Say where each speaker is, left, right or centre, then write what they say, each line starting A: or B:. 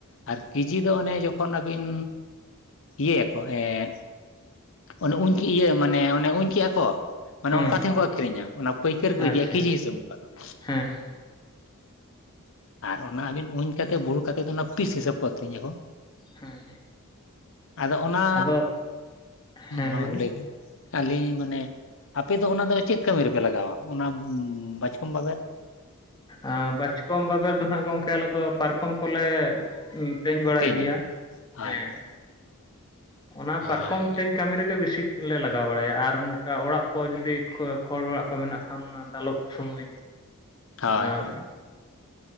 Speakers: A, on the left; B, on the left.
A: ᱟᱨ ᱠᱮᱡᱤ ᱫᱚ ᱚᱱᱮ ᱡᱚᱠᱷᱚᱱ ᱟᱹᱵᱤᱱ ᱤᱭᱟᱹᱭᱟᱠᱚ ᱮᱸ ᱚᱱᱮ ᱩᱧ ᱤᱭᱟᱹ ᱢᱟᱱᱮ ᱚᱱᱮ ᱩᱧ ᱠᱮᱜᱼᱟ ᱠᱚ ᱾ ᱢᱟᱱᱮ
B: ᱦᱮᱸ
A: ᱚᱱᱠᱟ ᱛᱮᱦᱚᱸ ᱠᱚ ᱟᱹᱠᱷᱨᱤᱧᱟ ᱚᱱᱟ ᱯᱟᱹᱭᱠᱟᱹᱨ ᱠᱚ
B: ᱟᱪᱪᱷᱟ
A: ᱤᱫᱤᱭᱟ ᱠᱮᱡᱤ ᱦᱤᱥᱟᱹᱵᱽ ᱚᱱᱠᱟ ᱫᱚ ᱾
B: ᱦᱮᱸ ᱾
A: ᱟᱨ ᱚᱱᱟ ᱟᱹᱵᱤᱱ ᱩᱧ ᱠᱟᱛᱮ ᱵᱩᱨᱦᱩ ᱠᱟᱛᱮᱫ ᱫᱚ ᱱᱟᱜ ᱯᱤᱥ ᱦᱤᱥᱟᱹᱵ ᱠᱚ ᱟᱹᱠᱷᱨᱤᱧᱟᱠᱚ
B: ᱦᱮᱸ
A: ᱟᱫᱚ ᱚᱱᱟ
B: ᱟᱫᱚ ᱦᱮᱸ
A: ᱦᱚᱸ
B: ᱞᱟᱹᱭ ᱵᱤᱱ
A: ᱞᱟᱹᱭᱵᱤᱱ ᱾ ᱟᱞᱤᱧ ᱢᱟᱱᱮ ᱟᱯᱮ ᱫᱚ ᱚᱱᱟ ᱫᱚ ᱪᱮᱫ ᱠᱟᱹᱢᱤ ᱨᱮᱯᱮ ᱞᱟᱜᱟᱣᱟ ᱚᱱᱟ ᱵᱟᱪᱠᱚᱢ ᱵᱟᱵᱮᱨ?
B: ᱟᱸ ᱵᱟᱪᱠᱚᱢ ᱵᱟᱵᱮᱨ ᱫᱚ ᱱᱟᱦᱟᱜ ᱜᱚᱜᱠᱮ ᱟᱞᱮ ᱫᱚ ᱯᱟᱨᱠᱚᱢ ᱠᱚᱞᱮ ᱛᱮᱧ ᱵᱟᱲᱟᱭ
A: ᱛᱮᱧᱟ
B: ᱜᱮᱭᱟ
A: ᱦᱳᱭ
B: ᱦᱮᱸ
A: ᱦᱳᱭ
B: ᱾ ᱚᱱᱟ
A: ᱦᱳᱭ
B: ᱯᱟᱨᱠᱚᱢ ᱛᱮᱧ ᱠᱟᱹᱢᱤ ᱨᱮᱜᱮ ᱵᱮᱥᱤᱠᱞᱮ ᱞᱟᱜᱟᱣ ᱵᱟᱲᱟᱭᱟ ᱟᱨ ᱚᱱᱠᱟ ᱚᱲᱟᱜ ᱠᱚ ᱡᱩᱫᱤ ᱠᱷᱚᱲ ᱚᱲᱟᱜ ᱠᱚ ᱢᱮᱱᱟᱜ ᱠᱷᱟᱱ ᱫᱟᱞᱚᱵ ᱾ ᱥᱚᱢᱚᱭ
A: ᱦᱳᱭ
B: ᱟᱸ
A: ᱦᱳᱭ ᱦᱳᱭ